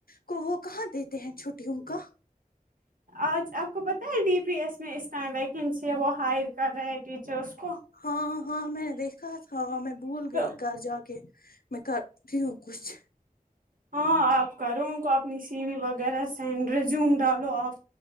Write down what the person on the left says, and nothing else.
کو وہ کہاں دیتے ہیں چھٹیوں کا
ہاں ہاں میں نے دیکھا تھا میں بھول
گئی گھر جا کے میں کر دوں کچھ